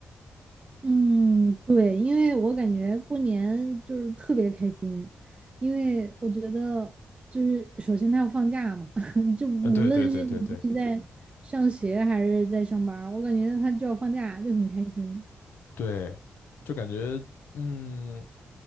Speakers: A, on the right; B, on the left.
A: 嗯，对，因为我感觉过年就是特别开心，因为我觉得就是首先他要放假嘛，<laughs> 就无论是你是在上学还是在上班儿我感觉他就要放假，
B: 呃，对对对对对
A: 就很开心。
B: 对，就感觉嗯，